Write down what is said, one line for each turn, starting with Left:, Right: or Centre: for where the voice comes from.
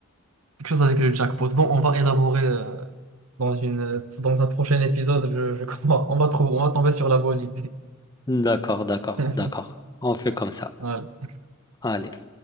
Right: Quelque chose avec le jackpot. Bon, on va élaborer euh, dans une, dans un prochain épisode, je, je <laughs> crois. On va trouver, on va tomber sur la bonne idée.
Left: D'accord, d'accord,
Right: <laughs>
Left: d'accord. On fait comme ça.
Right: Voilà.
Left: Allez.